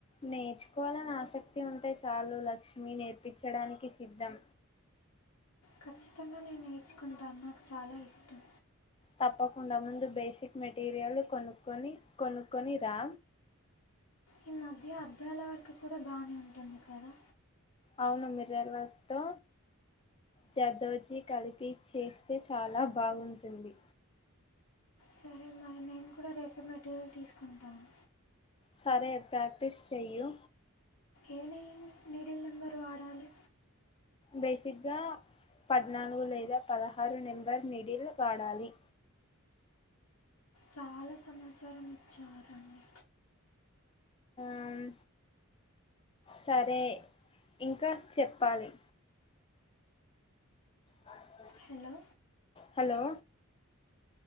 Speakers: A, on the left; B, on the left.
A: నేర్చుకోవాలని ఆసక్తి ఉంటే చాలు లక్ష్మి నేర్పించడానికి సిద్ధం
B: ఖచ్చితంగా నేను నేర్చుకుంటా నాకు చాలా ఇష్టం
A: తప్పకుండా ముందు బేసిక్ మెటీరియల్ కొనుక్కొని కొనుక్కొని రా
B: ఈ మధ్య అద్దాల వర్క్ కూడా బానే ఉంటుంది కదా
A: అవును మిర్రర్ వర్క్ తో జర్దోజి కలిపి చేస్తే చాలా బాగుంటుంది
B: సరే మరి నేను కూడా రేపే మెటీరియల్ తీసుకుంటాను
A: సరే ప్రాక్టీస్ చెయ్యు
B: ఏ నీ నీడిల్ నెంబరు వాడాలి
A: బేసిగ్గా పద్నాలుగు లేదా పదహారు నెంబర్ నీడిల్ వాడాలి
B: చాలా సమాచారం ఇచ్చారండి
A: ఆమ్ సరే ఇంకా చెప్పాలి అ
B: హలో
A: హలో